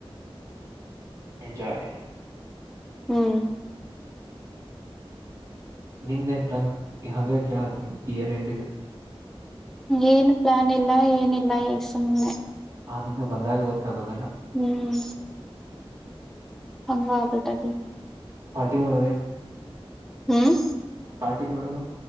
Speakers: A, on the right; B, in the centre.
A: ಎಂಜಾಯ್
B: ಹ್ಮ್
A: ನಿಮ್ದ ಏನ್ ಪ್ಲಾನ್ ಹಂಗ ಕೇಳತ್ನ್ ಇಯರ್ ಎಂಡಗ
B: ಏನ್ ಪ್ಲಾನ್ ಇಲ್ಲ ಏನಿಲ್ಲ ಈ ಸುಮ್ಮ್
A: ಆ ದಿನ ಬಂದಾಗ ಗೊತ್ತಾಗೋತ್ತೆ
B: ಹ್ಮ್ ಹಂಗ ಆಬಟಾದ
A: ಮಾಡೋದ <unintelligible>
B: ಹ್ಮ್
A: ಪಾರ್ಟಿ ಮಾಡೋನು